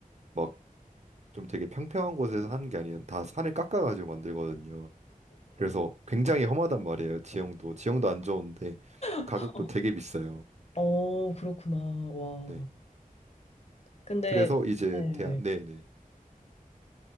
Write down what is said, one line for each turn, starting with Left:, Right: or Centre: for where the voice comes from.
Right: 막 좀 되게 평평한 곳에서 하는 게 아니라 다 산을 깎아가지고 만들거든요. 그래서 굉장히 험하단 말이에요. 지형도 지형도 안 좋은데
Left: <laughs>
Right: 가격도 되게 비싸요.
Left: 어, 그렇구나. 와.
Right: 네.
Left: 근데,
Right: 그래서 이제
Left: 네.
Right: 대안 네네